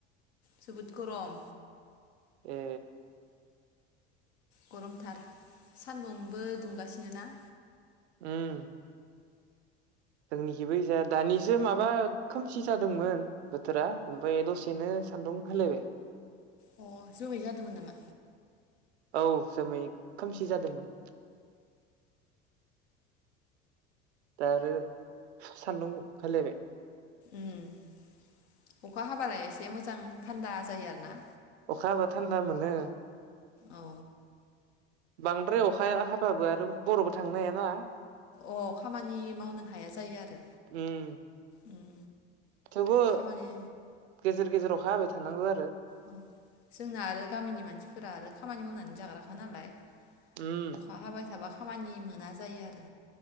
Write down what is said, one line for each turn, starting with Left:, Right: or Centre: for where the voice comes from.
Left: जोबोद गरम।
Right: ए।
Left: गरमथार सान्दुंबो दुंगासिनो ना।
Right: उम। जोंनिखिबो जाया दानिसो माबा खोमसि जादोंमोन बोथोरा ओमफ्राय दसेनो सान्दुं होलायबाय।
Left: अ जोमै जादोंमोन नामा?
Right: औ जोमै खोमसि जादोंमोन। दा आरो सान्दुं ओंखार लायबाय।
Left: उम अखा हाबालाय एसे मोजां मोजां थान्दा जायो आरो ना।
Right: अखा हाबा थान्दा मोनो, <unintelligible>
Left: औ।
Right: बांद्राय अखाया हाबाबो आरो बरबो थांनो हायाना।
Left: अ खामानि मावनो हाया जायो आरो
Right: उम
Left: उम
Right: थेवबो
Left: खामानि
Right: गेजेर गेजेर अखा हाबाय थानांगौ आरो।
Left: अ जोंआ आरो गामिनि मानसिफोरा आरो खामानि मावनानै जाग्राखा नालाय।
Right: उम।
Left: अखा हाबाय थाबा खामानि मोना जायो आरो।